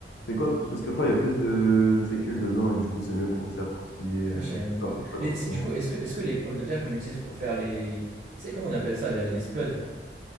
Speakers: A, on the left; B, on the right.
A: C'est quoi? Parce que je crois qu'il y a plus de, de fécule dedans et du coup c'est mieux pour faire croustiller
B: Ah,
A: euh,
B: je savais même
A: enfin,
B: pas.
A: pour pas croustillant.
B: Mais c'est- du coup, est-ce que, est-ce que les pommes de terre qu'on utilise pour faire les... Tu sais, comment on appelle ça, les, les spuds?